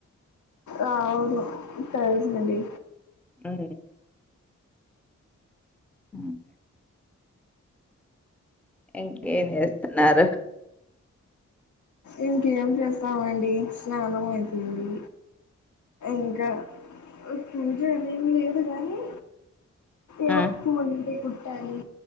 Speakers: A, on the left; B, in the centre.
A: ఆ అవును తెలుసునండి
B: ఉమ్మ్ ఉమ్ ఇంకేం చేస్తున్నారు
A: ఇంకేం చేస్తామండి స్నానం అయిపోయింది ఇంకా పూజ అనేం లేదు గానీ ఏవో
B: హ్మ్.
A: పూలుంటే కుట్టాలి